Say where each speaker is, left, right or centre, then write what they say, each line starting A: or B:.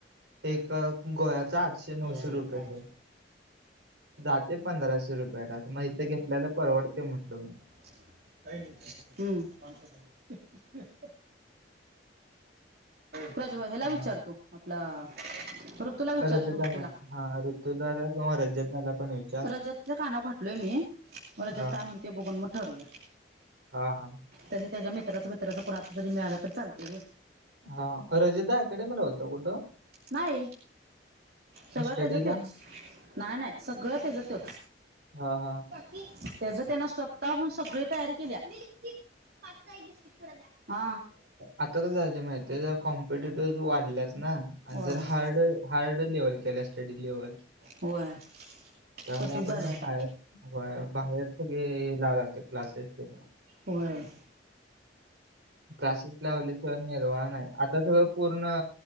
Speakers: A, on the right (about 80°); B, on the right (about 60°).
A: एक गोव्याच आठशे ते नऊशे
B: क्या अरे
A: रुपयच
B: पाँच
A: जातय पंधराशे रुपयाला मग इथं घेतल्याल परवडतय म्हणलो
B: पास पाहिजे हं हां प्रज हलां
A: हा
B: विचारतो आपलां तुलां विचारतो
A: रजत दादा
B: ऋतूंला
A: हा ऋतू दादा किंवा रजत दादा पण विचार
B: रजतंच्या कानांवरं घातंलय मी येतं मंग
A: हा
B: कायं म्हणते बघूंन मगं ठरूंया
A: हां हां
B: तरी त्यांच्या मित्रांचं मित्रांचं कणाचं जरी मिळालं तरं चालते
A: हां रजिता अकॅडेमीला होतं कुठं
B: नाहीं सगळं
A: स्टडीला
B: त्यांचा तोंचं नाहीं नाहीं सगळं तेचंतो
A: हां हां
B: त्यांचं त्यांना स्वंतःहून सगळे तयारी केली आहे पांच चां एक बिस्किट पूडां द्यां
A: आंता क जायचे माहिती आहे जरं कॉम्पिटेटिव वाढल्यांत नां आणि
B: होय
A: जरं
B: होय
A: हार्ड हार्ड लेवल केल्यां असत्यां डीलेवरं
B: होय
A: त्यांमुळे
B: तसच झालंय
A: बाहेर
B: आता
A: होयं बाहेर सगळें हे लावं लागतं क्लासेस ते
B: होयं
A: क्लासेस लावले निर्वाहण आहे आंता सगळं पूर्ण